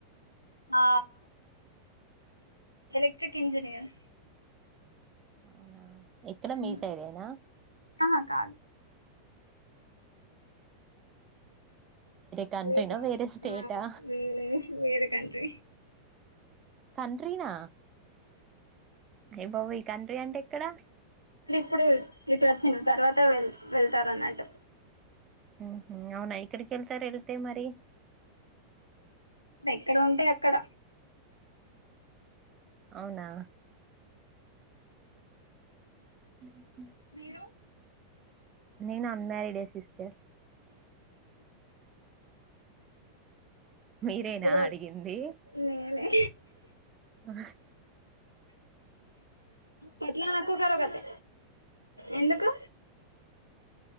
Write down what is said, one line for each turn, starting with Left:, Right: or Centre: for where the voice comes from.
Left: ఆ ఎలెక్ట్రిక్ ఇంజనీయర్
Right: అవునా ఇక్కడ
Left: ఉమ్,
Right: మీసయిడేనా
Left: ఆహా కాదు
Right: కంట్రీనా
Left: లేదు
Right: వేరే స్టేటా
Left: మ వేర వేరే కంట్ర్రి
Right: కంట్రీనా ఏ బాబ ఈ తండ్రి అంటే ఎక్కడ
Left: ఇప్పుడు ఇటు వచ్చిన తర్వాత వె వెళ్తారు అన్నట్టు
Right: ఉ అవునా ఇక్కడకిళ్తారు వెళ్తేవ మరి ఓే
Left: ఎక్కడ ఉంటే అక్కడ
Right: అవునా ఉ
Left: మీరు
Right: నేను అన్మారిడ్ అ సిస్టర్ మీరేనా
Left: తెల్వదు
Right: అడిగింది
Left: నేనే
Right: ఆ
Left: పట్లా నకు కరోగతే ఎందుకు